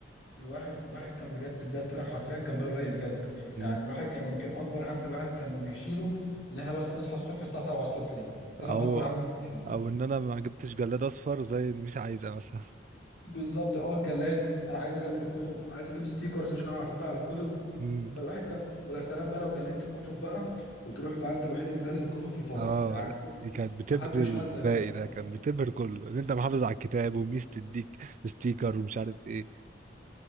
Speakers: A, on the left; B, on the right.
A: الواحد الواحد كان بجد بجد كان حرفيا كان باله رايق بجد
B: مم.
A: يعني الواحد كان يمكن اكبر هم الواحد كان بيشيله ان احنا بس نصحى الصبح الساعه 7 الصبح دي ده
B: او
A: كان اكبر هم الواحد بيشيله
B: او ان انا ما جبتش جلاد اصفر زي الميس عايزه مثلا
A: بالظبط اه الجلاد انا عايز اجلد الكتب عايز اجيب ستيكرز مش عارف احطها على الكتب
B: <laughs> مم.
A: فالواحد كان ولا سلام بقى لو جلدت الكتب بقى وتروح بقى انت الوحيد اللي مجلد الكتب في الفصل
B: اه
A: يعني بص،
B: دي كانت بتبهر
A: محدش
B: الباقي
A: قدك بقى
B: ده كان بتبهر كله ان انت محافظ على الكتاب وميس تديك ستيكر ومش عارف ايه